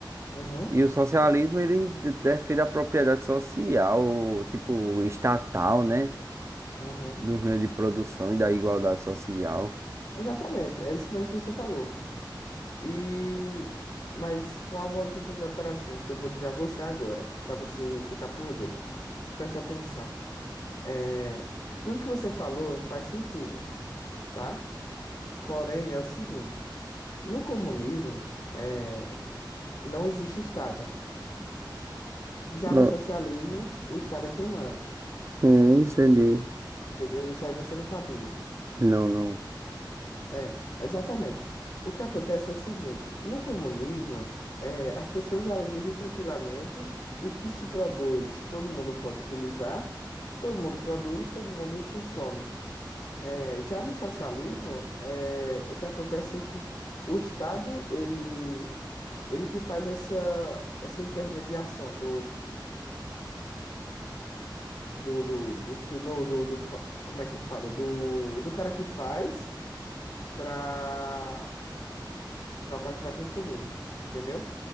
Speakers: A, on the left; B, on the right.
A: uhum,
B: E o socialismo, ele de- defende a propriedade social, tipo, estatal, né?
A: uhum.
B: Dos meios de produção e da igualdade social.
A: Exatamente, é isso mesmo que você falou. E... Mas com algumas outras alterações que eu vou dizer a você agora, para você ficar por dentro. Preste atenção. É... Tudo que você falou faz sentido, tá? Porém, é o seguinte: no comunismo, é... não existe Estado. Já
B: Não
A: no socialismo, o Estado é quem manda,
B: hum, entendi.
A: entendeu? Isso aí você não sabia.
B: Não, não.
A: É, exatamente. O que acontece é o seguinte, no comunismo, é, as pessoas elas vivem tranquilamente, o que se produz, todo mundo pode utilizar, todo mundo produz, todo mundo consome. É, já no socialismo, é, o que acontece é que o Estado, ele, ele que faz essa, essa intermediação do, do, do, do, fi- no- do, do, fa- como é que fala? Do, do cara que faz para para o cara que vai consumir, entendeu?